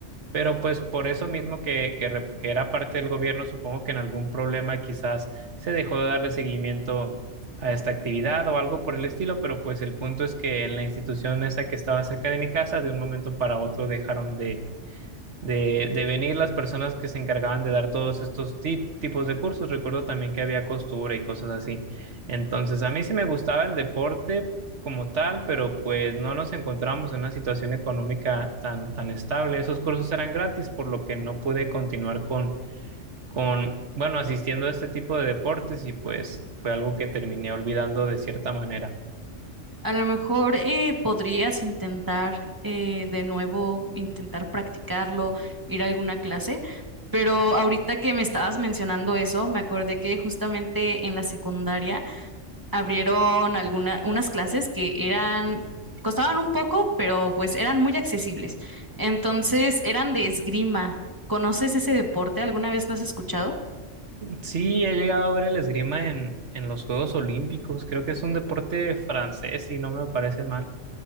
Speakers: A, on the right; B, on the right.
A: Pero pues por eso mismo que, que, re- que era parte del gobierno, supongo que en algún problema quizás se dejó de darle seguimiento a esta actividad o algo por el estilo, pero pues el punto es que en la institución esa que estaba cerca de mi casa, de un momento para otro dejaron de de, de venir las personas que se encargaban de dar todos estos ti- tipos de cursos. Recuerdo también que había costura y cosas así. Entonces, a mí sí me gustaba el deporte como tal, pero pues no nos encontramos en una situación económica tan, tan estable. Esos cursos eran gratis, por lo que no pude continuar con, con, bueno, asistiendo a este tipo de deportes y pues fue algo que terminé olvidando de cierta manera.
B: A lo mejor eh, podrías intentar eh, de nuevo, intentar practicarlo, ir a alguna clase, pero ahorita que me estabas mencionando eso, me acordé que justamente en la secundaria abrieron algunas unas clases que eran, costaban un poco, pero pues eran muy accesibles. Entonces eran de esgrima. ¿Conoces ese deporte? ¿Alguna vez lo has escuchado?
A: Sí, he llegado a ver el esgrima en, en los Juegos Olímpicos. Creo que es un deporte francés y no me parece mal.